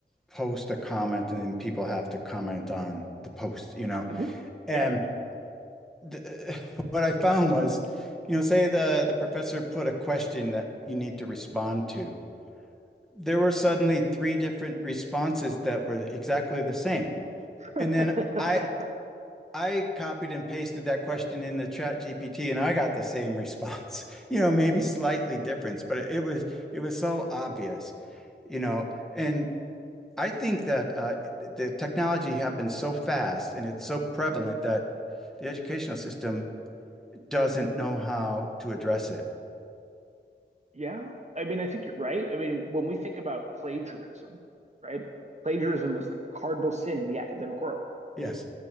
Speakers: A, in the centre; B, on the right.
A: post a comment and then people have to comment on the post, you know.
B: Mhm.
A: And
B: Yeah.
A: th- <laughs> what I found was, you know, say the the professor put a question that you need to respond to. there were suddenly three different responses that were exactly the same.
B: <laughs>
A: And then I I copied and pasted that question in the chat GPT and I got the same response. <laughs> You know, maybe slightly different, but it was it was so obvious, you know. And I think that uh, the technology happens so fast and it's so prevalent that the educational system doesn't know how to address it.
B: Yeah. I mean, I think you're right. I mean, when we think about plagiarism, right? Plagiarism is like the cardinal sin in the academic world.
A: Yes.